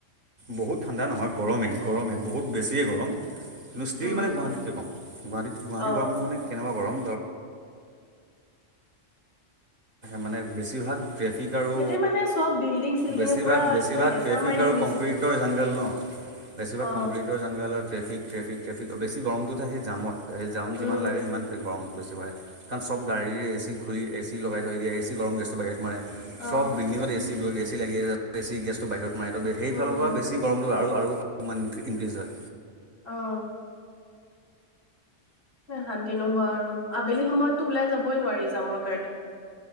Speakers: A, on the right (about 45°); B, on the left (about 50°).
A: বহুত ঠাণ্ডা নহয় গৰমেই গৰমে বহুত বেছিয়ে গৰম কিন্তু ষ্টীল
B: উম
A: মানে গুৱাহাটীতকৈ ক'ম গুৱাহাটীত গুৱাহাটী
B: অ
A: গৰমটো মানে কেনেকুৱা গৰম মানে বেছিভাগ ট্ৰেফিক আৰু
B: সিহতে মানে চব বিল্ডিং চিল্ডিঙে
A: বেছিভাগ
B: পুৰা
A: বেছিভাগ
B: একম হেঁচা
A: ট্ৰেফিক
B: মাৰি
A: আৰু
B: ধৰি
A: কংক্ৰিটৰ জাংগল ন বেছিভাগ
B: অ
A: কংক্ৰিটৰ জাংগালত ট্ৰেফিক ট্ৰফিক ট্ৰেফিক বেছি গৰমটো থাকেই জামত সেই জাউন
B: উম
A: যিমান লাগে সিমান গৰম বেছি ভ়ে কাৰণ চব গাড়ীীয়ে এ চি খুলি এ চি লগাই থৈ দিয়ে এ চি গৰম গেছটো বাহিৰত মাৰে
B: অ
A: চব বিল্ডিঙৰ এ চি এ ছি লাগি আছে এ ছি গেছটো বাহিৰত মাৰে ন সেইফালৰ
B: উম
A: পৰা বেছি গৰমটো আৰু অপমান ইনক্ৰ্ৰীজ হয়
B: আহ শান্তি নোহোৱা আৰু আবেলি সময়ততো ওলাই যাবই নোৱাৰি যামৰ কাৰণে